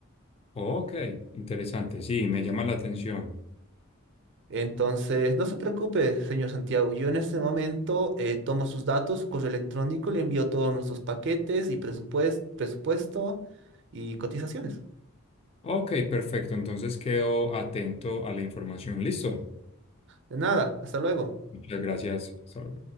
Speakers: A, on the left (about 30°); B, on the right (about 55°).
A: ok, interesante. Sí, me llama la atención.
B: Entonces, no se preocupe, señor Santiago, yo en este momento eh, tomo sus datos, su correo electrónico, le envío todos nuestros paquetes y presupues- presupuesto y cotizaciones.
A: Ok, perfecto. Entonces quedo atento a la información. ¿Listo?
B: De nada, hasta luego.
A: Muchas gracias. Hasta luego.